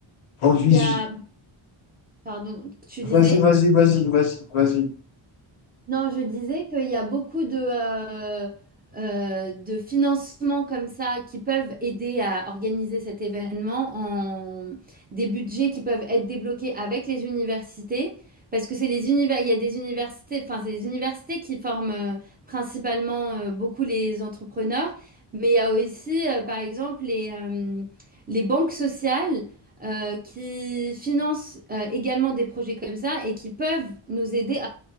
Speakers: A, on the left; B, on the right.
A: On vise.
B: il y a- pardon, tu
A: Vas-y,
B: disais?
A: vas-y, vas-y, vas-y, vas-y.
B: Non, je disais qu'il y a beaucoup de, euh, euh, de financements comme ça qui peuvent aider à organiser cet événement en des budgets qui peuvent être débloqués avec les universités. Parce que c'est les univers, il y a des universités, enfin, c'est les universités qui forment euh, principalement euh, beaucoup les entrepreneurs, mais il y a aussi, euh, par exemple, les, euh, les banques sociales euh, qui financent euh, également des projets comme ça et qui peuvent nous aider